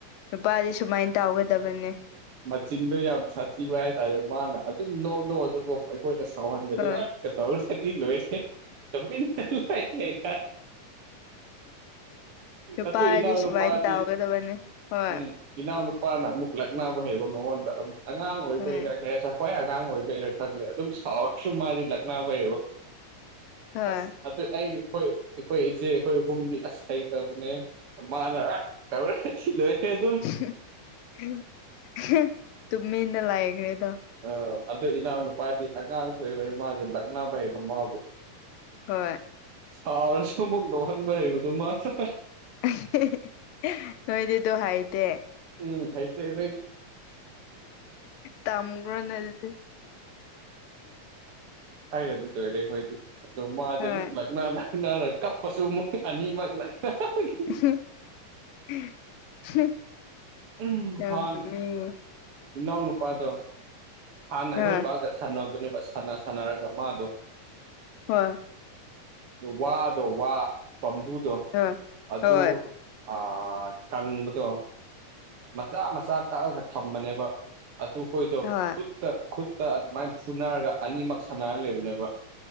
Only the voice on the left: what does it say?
ꯅꯨꯄꯥꯗꯤ ꯁꯨꯃꯥꯏ ꯇꯥꯎꯒꯗꯕꯅꯤ
ꯍꯣꯏ
ꯅꯨꯄꯥ
ꯍꯥꯏꯗꯤ
ꯁꯨꯃꯥꯏꯅ
ꯇꯧꯒꯗꯕꯅꯤ ꯍꯣꯏ
ꯍꯣꯏ
ꯍꯣꯏ
<unintelligible> ꯇꯨꯃꯤꯟꯅ ꯂꯥꯛꯈ꯭ꯔꯦꯗꯣ
ꯍꯣꯏ
<unintelligible> ꯅꯣꯏꯗꯤꯗꯣ ꯍꯥꯏꯇꯦ
ꯇꯝꯈ꯭ꯔꯣꯅꯦ ꯑꯗꯨꯗꯤ
ꯍꯣꯏ
<unintelligible>
ꯌꯥꯝ
ꯅꯣꯛꯅꯤꯡꯉꯦ
ꯍꯣꯏ
ꯍꯣꯏ
ꯍꯣꯏ
ꯍꯣꯏ
ꯍꯣꯏ